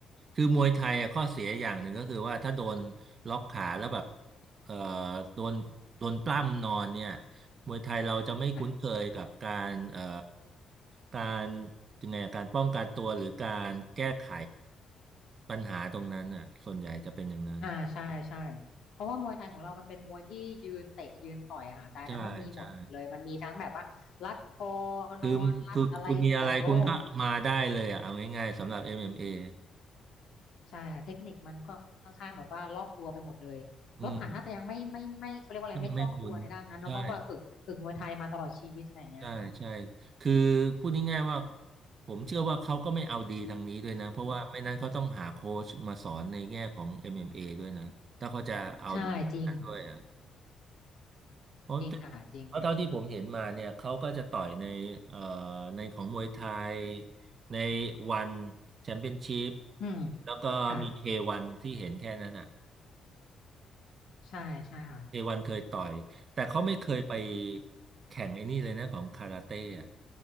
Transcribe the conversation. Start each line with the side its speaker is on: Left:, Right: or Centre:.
Right: คือมวยไทยอะข้อเสียอย่างหนึ่งก็คือว่าถ้าโดนล็อกขาแล้วแบบเอ่อโดนโดนปล้ำนอนเนี่ยมวยไทยเราจะไม่คุ้นเคยกับการเอ่อ
Left: ค่ะ
Right: การยังไงอะการป้องกันตัวหรือการแก้ไขปัญหาตรงนั้นอ่ะส่วนใหญ่จะเป็นอย่างนั้น
Left: อ่าใช่ใช่เพราะว่ามวยไทยของเรามันเป็นมวยที่ยืนเตะยืนต่อยอะค่ะแต่อันนั้นมันมีหมดเลยมันมีทั้งแบบว่ารัดคอ
Right: ใช่ใช่คือคือคุณมีอะไรคุณก็มาได้เลยอ่ะเอาง่ายๆสำหรับ
Left: นอนรัดอะไรแบบโอ้
Right: MMA อมเอ็ม
Left: ใช่ค่ะเทคนิคมันค่อนข้างแบบว่ารอบตัวไปหมดเลยรถถังน่าจะยังไม่ไม่ไม่เขาเรียกว่าอะไรไม่คล่องตัวในด้านนั้นเนอะเพราะว่าฝึกฝึกมวยไทยมาตลอดชีวิตอะไรอย่างเงี้ยค่ะ
Right: เออืมก็ยังไม่คุ้นใช่ ใช่ใช่ คือพูดง่ายๆว่าผมเชื่อว่าเขาก็ไม่เอาดีทางนี้ด้วยนะ เพราะว่าไม่นั้นเขาต้องหาโค้ชมาสอนในแง่ของ MMA ด้วยนะถ้าเขาจะเอาดีกันด้วยอ่ะ
Left: ใช่จริง
Right: เพราะ
Left: จริงค่ะจริง
Right: เพราะเท่าที่ผมเห็นมาเนี่ยเขาก็จะต่อยในเอ่อในของมวยไทยในวันแชมเปี้ยนชิพ
Left: อืม
Right: แล้วก็มีเควันที่เห็นแค่นั้นอ่ะ
Left: ค่ะใช่ใช่ค่ะ
Right: เควันเคยต่อยแต่เขาไม่เคยไปแข่งไอ้นี่เลยนะของคาราเต้อ่ะ